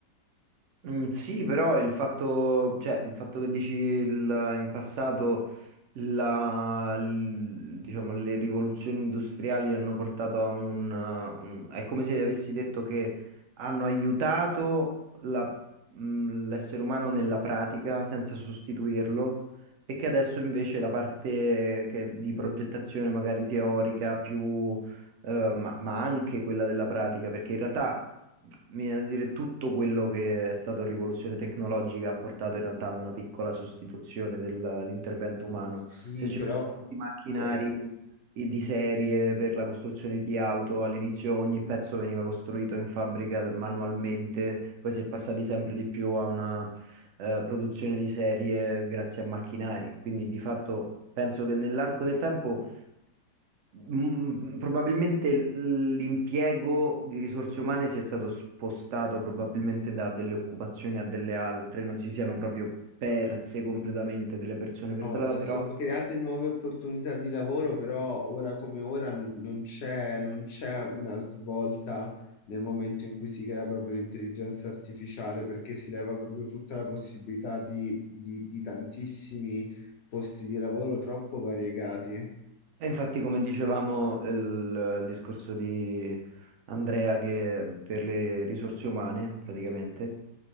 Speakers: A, on the right; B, on the left.
A: Mm, sì, però il fatto, cioè, il fatto che dici il- in passato la- l- diciamo, le rivoluzioni industriali hanno portato a un, uh, un- È come se avessi detto che hanno aiutato la- mm, l'essere umano nella pratica senza sostituirlo e che adesso invece la parte che- di progettazione magari teorica più... eh, ma ma anche quella della pratica, perché in realtà mi viene da dire tutto quello che è stato rivoluzione tecnologica ha portato in realtà a una piccola sostituzione dell'intervento umano.
B: Sì,
A: Se ci
B: però
A: pensi
B: comunque
A: tutti i macchinari i- di serie per la costruzione di auto, all'inizio ogni pezzo veniva costruito in fabbrica manualmente, poi si è passati sempre di più a una eh, produzione di serie grazie a macchinari. Quindi di fatto penso che nell'arco del tempo Mm, Probabilmente l- l'impiego di risorse umane sia stato spostato probabilmente da delle occupazioni a delle altre, non si siano proprio perse completamente delle persone per
B: No,
A: strada,
B: si
A: però
B: sono create nuove opportunità di lavoro, però ora come ora non, non c'è non c'è una svolta nel momento in cui si crea proprio l'intelligenza artificiale, perché si leva proprio tutta la possibilità di, di di tantissimi posti di lavoro troppo variegati.
A: e infatti come dicevamo il, il discorso di Andrea che per le risorse umane praticamente